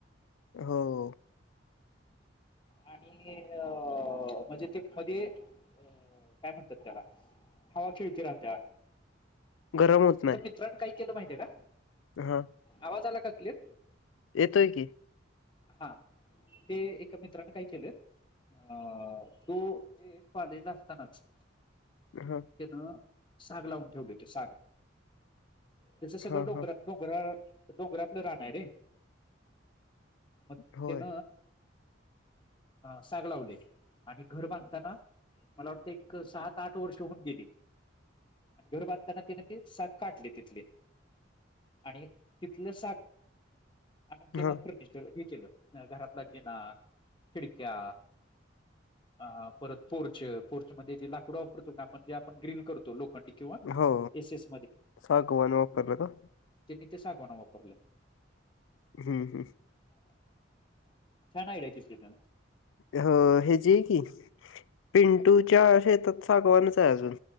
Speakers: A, on the left; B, on the left.
A: हो
B: आणि अ म्हणजे ते मध्ये काय म्हणतात त्याला हवा खेळती राहत्या
A: गरम होत
B: एका
A: नाही
B: मित्रांन काय केलं माहितीये का?
A: हा.
B: आवाज आला का क्लियर?
A: येतोय की
B: हा. ते एका मित्राने काय केलं? आ तो काॅलेजला असतानाच
A: ह.
B: त्यान साग लावून ठेवलेते साग, त्याच सगळं
A: हा
B: डोंगरात
A: हा
B: डोंगराळ डोंगरातलं राण आहे रे. मग
A: होय
B: तेन साग लावले आणि घर बांधताना मला वाटतं एक सात आठ वर्ष होऊन गेली. आणि घर बांधताना तेन ते साग काढले तिथले. आणि तिथलं साग आणून, त्यान
A: हा
B: फर्निचर हे केलं घरातला जिणा, खिडक्या आ परत पोर्च पोर्च मध्ये जे लाकूड वापरतो, आपण जे आपण ग्रिल करतो लोखंडी किंवा
A: अ हो,
B: एस एस
A: सागवान वापरलं ना.
B: कितीचे सागवान वापरले?
A: हुं हुं.
B: काय झालं? छान आयडीया केलं ती न?
A: अ हे जी हाय की, पिंटूच्या शेतात सागवानच हाय अजून